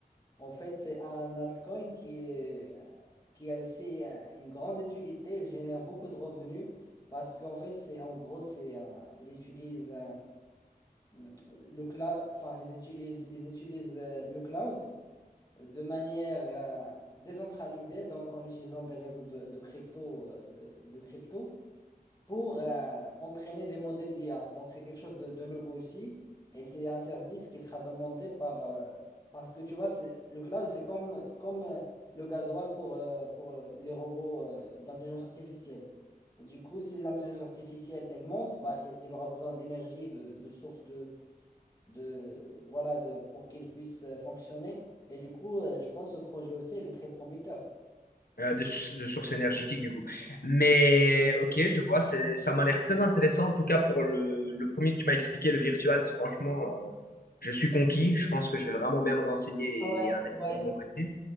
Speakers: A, on the left (about 25°); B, on the left (about 75°).
A: En fait, c'est un altcoin qui est, euh, qui a aussi euh, une grande utilité, il génère beaucoup de revenus parce qu'en fait, c'est en gros, c'est un- il utilise le cloud, enfin, ils utilisent, ils utilisent euh, le cloud de manière euh, décentralisée, donc en utilisant des réseaux de, de crypto, euh, de, de crypto pour euh, entraîner des modèles d'IA. Donc, c'est quelque chose de, de nouveau aussi. Et c'est un service qui sera demandé par... euh, parce que tu vois, c'est, le cloud, c'est comme, comme euh, le gasoil pour, euh, pour euh, les robots euh, d'intelligence artificielle. Et du coup, si l'intelligence artificielle, elle monte, bah, il, il aura besoin d'énergie, de, de sources de de voilà de pour qu'il puisse euh, fonctionner. Et du coup, euh, je pense que ce projet aussi, il est très prometteur.
B: euh, de, sou- de sources énergétiques du coup. Mais ok, je vois, c'est- ça m'a l'air très intéressant. En tout cas, pour le, le premier que tu m'as expliqué, le virtual, c'est franchement, euh, je suis conquis. Je pense que je vais vraiment bien me renseigner
A: Ouais,
B: et investir
A: ouais.
B: de mon côté.